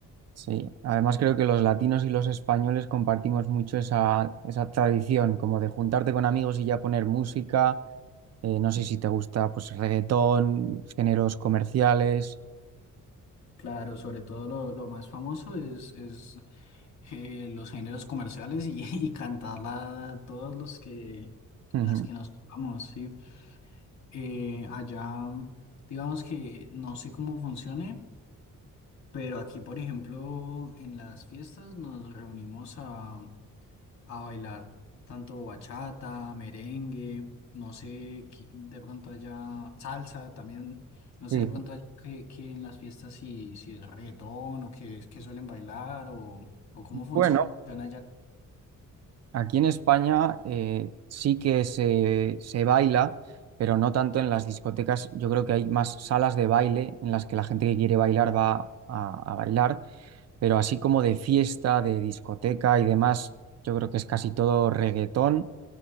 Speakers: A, on the right; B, on the left.
A: sí. Además creo que los latinos y los españoles compartimos mucho esa, esa tradición, como de juntarte con amigos y ya poner música. Eh, no sé si te gusta pues reggaetón, géneros comerciales.
B: Claro, sobre todo lo, lo más famoso es, es eh, los géneros comerciales y, <laughs> y cantarla todos los que
A: <laughs> Ujú,
B: las que nos vamos, sí. Eh, allá, digamos que no sé cómo funcione Pero aquí, por ejemplo, en las fiestas nos reunimos a, a bailar tanto bachata, merengue, no sé, qui- de pronto allá salsa también, no
A: Sí.
B: sé, de pronto allá que, que en las fiestas si, si es reggaetón o que, que suelen bailar o, o cómo funciona
A: Bueno,
B: allá.
A: Aquí en España eh, sí que se, se baila, pero no tanto en las discotecas. Yo creo que hay más salas de baile en las que la gente que quiere bailar va a, a bailar, pero así como de fiesta, de discoteca y demás, yo creo que es casi todo reggaetón.